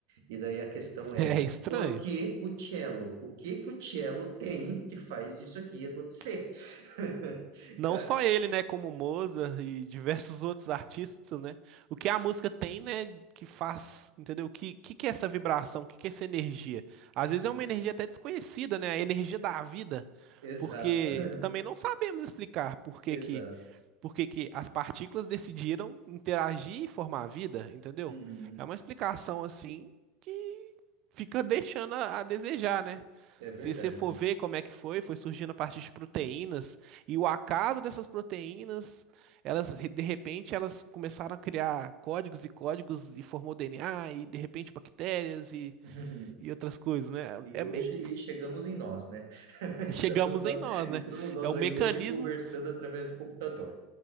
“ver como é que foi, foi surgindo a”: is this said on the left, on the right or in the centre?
Right